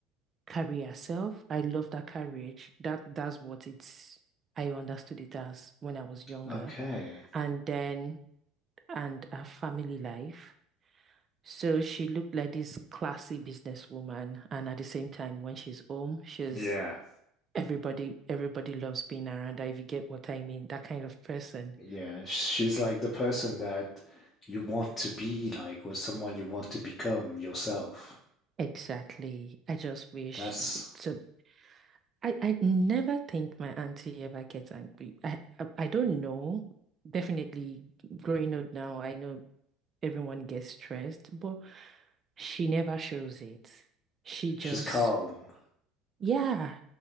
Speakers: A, on the right (about 35°); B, on the left (about 25°).
A: carry herself. I love that courage. That that's what it's. I understood it as when I was younger,
B: Okay.
A: and then and her family life. So she looked like this classy businesswoman, and at the same time, when she's home, she's
B: Yeah.
A: Everybody, everybody loves being around her, if you get what I mean, that kind of person.
B: Yeah. She's like the person that you want to be like, or someone you want to become yourself.
A: Exactly. I just wish
B: That's,
A: so I, I never think my auntie ever gets angry. I, I I don't know. Definitely growing up now, I know everyone gets stressed, but she never shows it. She just
B: she's calm.
A: yeah.